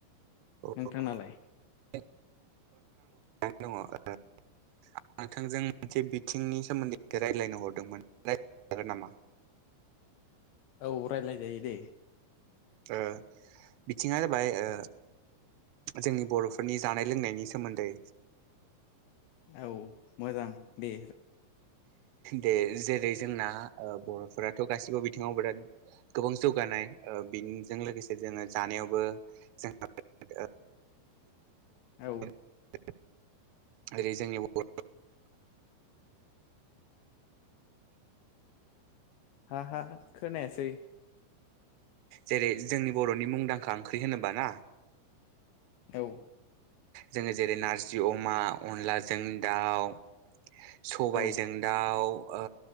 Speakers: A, on the right (about 85°); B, on the left (about 80°).
A: अ
B: नोंथांनालाय?
A: <inaudible> नोंथांजों मोनसे बिथिंनि सोमोन्दैसे रायज्लायनो हरदोंमोन रायलायजागोन नामा?
B: औ रायलाय जायो दे।
A: ओ बिथिङा जाबाय ओ जोंनि बर' फोरनि जानाय लोंनायनि सोमोन्दै
B: औ मोजां दे
A: दे जेरै जोंना अ बर' फोराथ' गासिबो बिथिङाव बिराद गोबां जौगानाय ओ बेजों लोगोसे जोङो जानायावबो जों <inaudible>
B: औ
A: <inaudible> ओरै जोंनि बर'
B: हा हा खोनायासै
A: जेरै जोंनि बरनि मुंदांखा ओंख्रि होनोबा ना
B: औ
A: जोङो जेरै नारजि अमा अनलाजों दाउ सबायजों
B: औ
A: दाउ आ